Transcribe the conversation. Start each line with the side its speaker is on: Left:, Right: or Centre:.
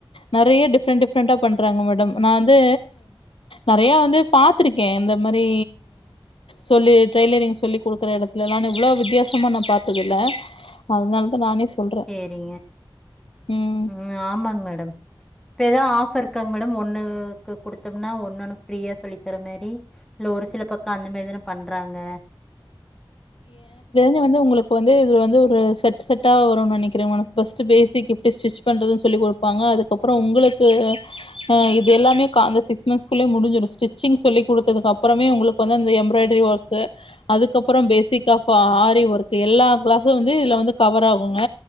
Left: நெறயா டிஃப்ரெண்ட் டிஃப்ரெண்ட்டா பண்றாங்க மேடம் நா வந்து நெறயா வந்து பாத்திருக்கே இந்த மாரி சொல்லி டெய்லரிங் சொல்லி கொடுக்கற எடத்லல்லா நா இவ்ளோ வித்யாசமா நா பாத்தது இல்ல அதனாலதா நானே சொல்றே
Centre: செரிங்க
Left: ம்
Centre: உம் ஆமாங் மேடம் இப்ப ஏதாது ஆபர் இருக்காங் மேடம் ஒண்ணுக்கு குடுத்தம்னா ஒன்னுனு ஃப்ரீயா சொல்லி தர மாரி இல்ல ஒரு சில பக்க அந்த மாரிதா பண்றாங்க
Left: ட்ட வந்து உங்களுக்கு வந்து வந்து ஒரு செட் செட்டா வருனு நெனைக்கற உனக் ஃபர்ஸ்ட்டு பேசிக் எப்டி ஸ்டிச் பண்றது சொல்லிகொடுப்பாங்க அதுக்கப்றோ உங்களுக்கு ஹா இது எல்லாமே கா ந்த சிக்ஸ்ம ந்த்குள்ளேயே முடுஞ்சுரு ஸ்டிச்சிங் சொல்லிக் கொடுத்ததுக் அப்புறமே உங்களுக்கு வந்து எம்ராய்டரி ஒர்க் அதுக்கப் அப்றோ பேசிக் ஆஃப் ஆரி ஒர்க் எல்லா கிளாஸும் வந்து இதுல வந்து கவர் ஆகுங்க